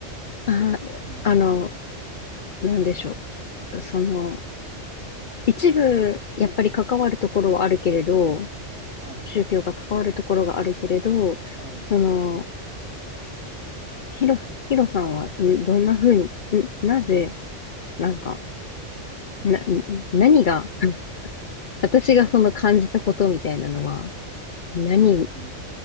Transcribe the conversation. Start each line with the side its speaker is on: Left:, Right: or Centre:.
Left: あ、
Right: うん。
Left: あの、なんでしょう。その、一部、やっぱり関わるところはあるけれど、
Right: はい。
Left: 宗教が関わるところがあるけれど、
Right: はい。
Left: その、ヒロ、ヒロさんは、んどんなふうに、んなぜ、なんか、な、
Right: うん。
Left: 何が、<laughs> 私がその感じたことみたいなのは、
Right: はい。
Left: 何、
Right: うん。